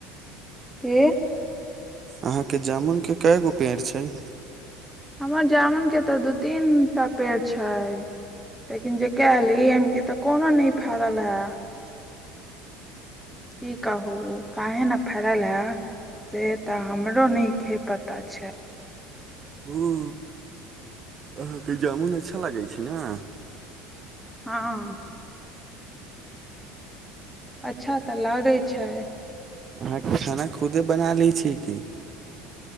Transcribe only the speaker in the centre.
के
हमर जामुन के तऽ दू तीन ता पेड़ छै लेकिन जे कैली एम की तऽ कोनो नै फड़ल हेय की कहू काहे न फरल हे से तऽ हमरो नहिखे पता छै
हँ अच्छा तऽ लागै छै